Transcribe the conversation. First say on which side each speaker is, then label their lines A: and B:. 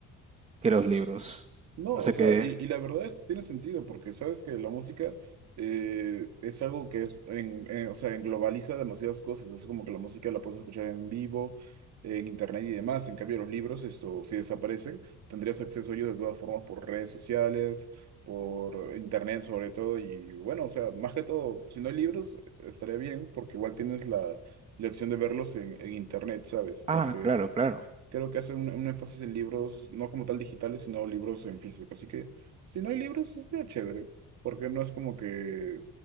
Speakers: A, on the right; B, on the right.
A: que los libros.
B: No,
A: No sé
B: o sea,
A: qué.
B: y, y la verdad esto tiene sentido porque sabes que la música eh, es algo que es, en, en- o sea, englobaliza demasiadas cosas. Es como que la música la puedes escuchar en vivo, en internet y demás. En cambio, los libros, esto, si desaparecen, tendrías acceso a ellos de todas formas por redes sociales, por internet sobre todo. Y bueno, o sea, más que todo, si no hay libros, estaría bien porque igual tienes la, la opción de verlos en, en internet, ¿sabes? Porque
A: Ah, claro, claro.
B: Creo que hace un, un énfasis en libros, no como tal digitales, sino libros en físico. Así que si no hay libros, estaría chévere, porque no es como que